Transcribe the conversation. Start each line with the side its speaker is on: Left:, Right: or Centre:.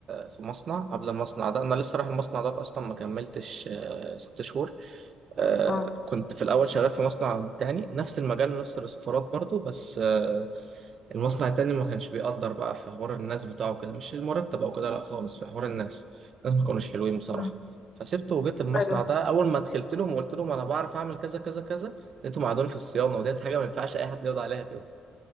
Right: في مصنع قبل المصنع ده انا لسه رايح المصنع ده اصلا ما كملتش آه، ست شهور آه،
Left: اه
Right: كنت في الأول شغال في مصنع تاني نفس المجال ونفس السفارات برضو بس آه، المصنع التاني ما كانش بيقدر بقى في حوار الناس بتاعه كده مش المرتب أو كده لأ خالص في حوار الناس الناس ما كانوش حلوين بصراحة
Left: مم.
Right: فسبته وجيت المصنع
Left: ايوه فاهمك.
Right: ده أول ما دخلت لهم وقلت لهم أنا بعرف أعمل كذا كذا كذا لقيتهم قعدوني في الصيانة وديت حاجة ما ينفعش أي حد يقعد عليها كده